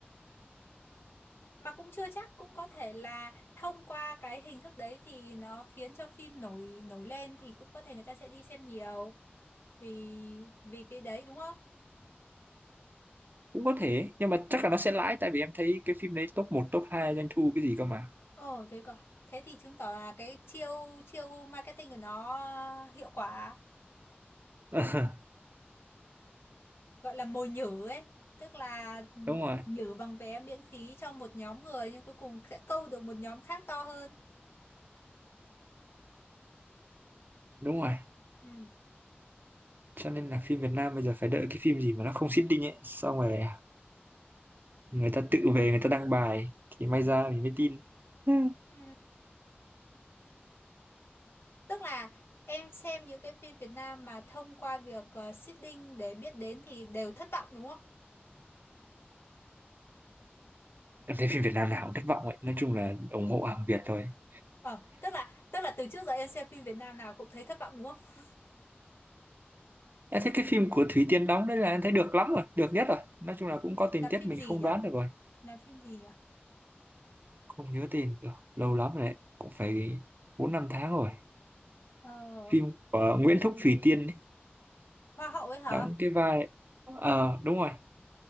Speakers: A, on the left; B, on the right.
A: mà cũng chưa chắc cũng có thể là thông qua cái hình thức đấy thì nó khiến cho phim nổi nổi lên thì cũng có thể người ta sẽ đi xem nhiều vì vì cái đấy đúng không?
B: cũng có thể nhưng mà chắc là nó sẽ lãi tại vì em thấy cái phim đấy top một top 2 doanh thu cái gì cơ mà
A: Ồ thế còn thế thì chứng tỏ là cái chiêu chiêu marketing của nó hiệu quả
B: <laughs>
A: gọi là mồi nhử ấy tức là ừ,
B: đúng rồi
A: nhử bằng vé miễn phí cho một nhóm người nhưng cuối cùng sẽ câu được một nhóm khác to hơn.
B: đúng rồi
A: Ừ.
B: cho nên là phim Việt Nam bây giờ phải đợi cái phim gì mà nó không marketing ấy xong rồi người ta tự về người ta đăng bài thì may ra mình mới tin <laughs> Ừ.
A: Ừ. Tức là em xem những cái phim Việt Nam mà thông qua việc ờ, seeding để biết đến thì đều thất vọng đúng không?
B: em thấy phim Việt Nam nào cũng thất vọng ấy nói chung là ủng hộ hàng Việt thôi <laughs>
A: Ờ, tức là tức là từ trước giờ em xem phim Việt Nam nào cũng thấy thất vọng đúng không?
B: em thấy cái phim của Thúy Tiên đóng đấy là em thấy được lắm rồi được nhất rồi nói chung là cũng có tình
A: Là
B: tiết
A: phim
B: mình
A: gì
B: không
A: nhỉ?
B: đoán được rồi
A: Là phim gì nhỉ?
B: không nhớ tên được lâu lắm rồi đấy cũng phải bốn năm tháng rồi
A: Ờ,
B: phim của Nguyễn Thúc Thùy Tiên ấy,
A: Hoa hậu ấy hả?
B: đóng cái vai ờ đúng rồi